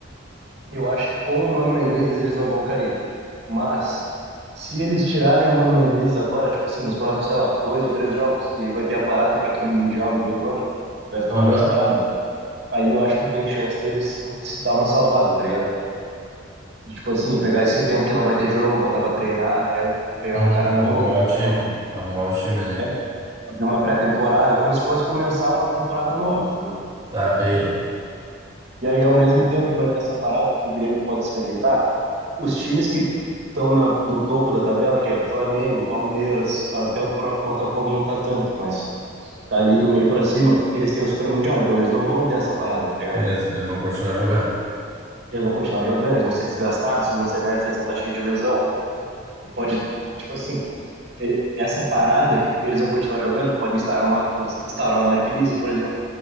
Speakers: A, on the right; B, on the right.
A: eu acho que com o Mano Menezes, eles não vão cair. Mas se eles tirarem o Mano Menezes agora, tipo assim, nos próximos, sei lá, dois ou três jogos, e aí vai ter a parada para aquele Mundial do meio do ano, vai ficar
B: Aham.
A: um mês parado, aí eu acho que tem chance deles se dar uma salvada, tá ligado? De, tipo assim, pegar esse tempo que não vai ter jogo, botar pra treinar, tá ligado? Pegar
B: Uhum,
A: um cara novo,
B: Arrumar
A: fazer
B: o time.
A: uma,
B: Arrumar o time ali.
A: é, fazer uma pré-temporada, como se fosse começar uma temporada nova, entendeu?
B: Tá, peguei.
A: E aí, ao mesmo tempo que vai ter essa parada que o Grêmio pode se ajeitar, os times que estão na- no topo da tabela, que é Flamengo, Palmeiras, até o próprio Botafogo não tá tanto, mas tá ali do meio pra cima, eles têm o Super Mundial, então eles não vão ter essa parada, tá ligado?
B: Beleza, eles vão continuar jogando.
A: Eles vão continuar jogando, eles vão se desgastar, no segundo semestre eles vão estar cheios de lesão. Pode, tipo assim, e- essa parada que eles vão continuar jogando pode instaurar uma, instaurar uma crise, por exemplo.